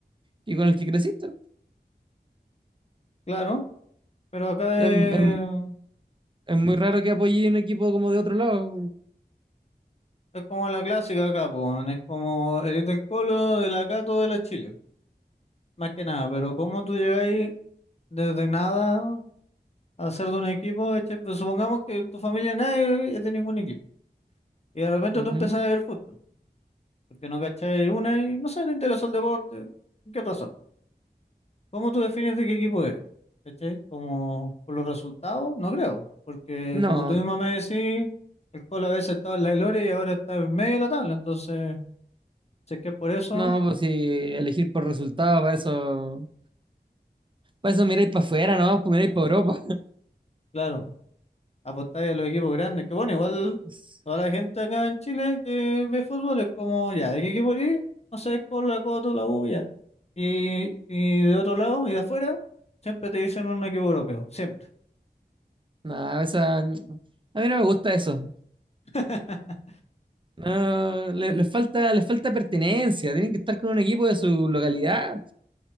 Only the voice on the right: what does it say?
y con el que creciste.
Em- em- Es, muy raro que apoye un equipo como de otro lado.
Ujú.
No,
no, pues si elegir por resultados, para eso, para eso miráis para afuera, no, pues miráis para Europa.
<laughs> Es-
Nada, esa- a mí no me gusta eso.
No, le- les falta, les falta pertenencia, tienen que estar con un equipo de su localidad